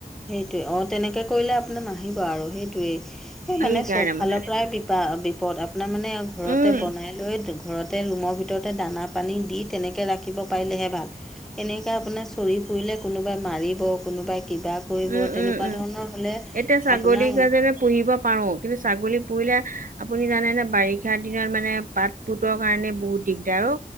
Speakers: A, in the centre; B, on the right.
A: সেইটোৱে অ তেনেকে কৰিলে আপোনাৰ নাহিব আৰু সেইটোৱেই। সেই
B: সেইকাৰণে
A: মানে চ'ব ফালৰ
B: মানে
A: পৰাই বিপা বিপদ আপোনাৰ মানে ঘৰতে
B: উম।
A: বনাই লৈ ঘৰতে ৰুমৰ ভিতৰতে দানা পানী দি তেনেকে ৰাখিব পাৰিলেহে ভাল। এনেকা আপোনাৰ চৰি ফুৰিলে কোনোবাই মাৰিব কোনোবাই কিবা কৰিব
B: উম
A: তেনেকুৱা
B: উম উম
A: ধৰণৰ হ'লে
B: এতিয়া ছাগলী
A: আপোনাৰ
B: কেইজনী পুহিব পাৰোঁ, কিন্তু ছাগলী পুহিলে আপুনি জানেনে বাৰিষাৰ দিনত মানে পাত পুতৰ কাৰণে বহুত দিগদাৰ অ'।